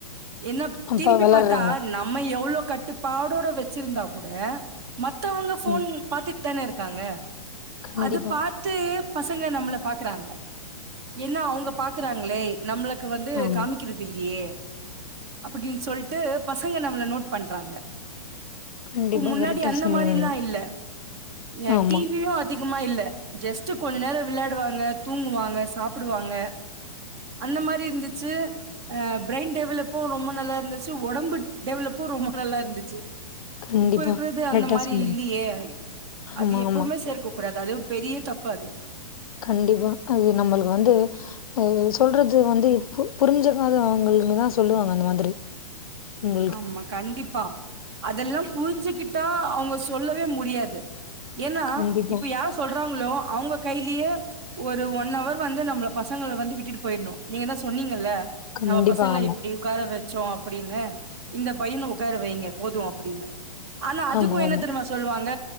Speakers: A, on the right; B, on the left.
A: என்ன
B: அப்ப
A: திரும்பி
B: வளர்றாங்க
A: பாத்தா ந ம்மா எவ்ளோ கட்டுப்பாடோட வெச்சிருந்தா கூட மத்தவங்க ஃபோன்
B: ம்
A: பாத்துட்தான இருக்காங்க
B: கண்டிப்பா
A: அது பா த்து பசங்க நம்மள பாக்குறாங்க ஏனா அவுங்க பாக்குறாங்களே நம்மளுக்கு வந்து
B: ஆமா
A: காமிக் கிருதில்லியே அப்படீன் சொல்ட்டு பசங்க நம்மள நோட் பண்றாங்க
B: கண்டிப்பா
A: இப்ப முன்னாடி
B: கரெக்டா
A: அந்த
B: சொன்னீங்க
A: மாரில்லா
B: நீங்க
A: இல்ல அ
B: ஆமா
A: டிவியு அதிகமா இல்ல ஜஸ்ட்டு கொஞ்ச நேரோ விளாடுவாங்க தூங்குவாங்க சாப்புடுவாங்க அந்த மாரி இருந்துச்சு அ ப்ரெய்ன் டெவலேப்பு ரொம்ப நல்லா இருந்துச்சு ஒடம்பு டெவலெப்பு ரொம்ப நல்லா இருந்துச்சு
B: கண்டிப்பா
A: இப்ப இருக்கிறது
B: கரெக்டா
A: அந்த மாரி
B: சொன்னீங்க
A: இல்லியே
B: ஆமா
A: அது எப்பவுமே
B: ஆமா
A: சேர்க்க கூடாது அது பெரிய தப்பு அது
B: கண்டிப்பா அது நம்மள்க் வந்து அது சொல்றது வந்து இ பு புரிஞ்சிக்காதவுங்கள்க்கு தா சொல்லுவாங்க அந்த மாதிரி உங்களுக்கு
A: ஆமா கண்டிப்பா அதெல்லா புரிஞ்சிக்கிட்டா அவுங்க சொல்லவே முடியாது ஏனா
B: கண்டிப்பா
A: இப்ப யார் சொல்றாங்ளோ அவுங்க கைலியோ ஒரு ஒன்னவர் வந்து நம்ள பசங்கள வந்து விட்டுட்டு போயிர்னு நீங்க தா சொன்னீங்கல்ல
B: கண்டிப்பா
A: நம்ம பசங்கள
B: ஆமா
A: இப்டி உக்கார வெச்சோ அப்டின்னு இந்த பையன உக்கார வைங்க போது அப்டின்னு ஆனா அதுக்கு
B: ஆமா
A: என்ன
B: ஆமா
A: தெரிமா சொல்வாங்க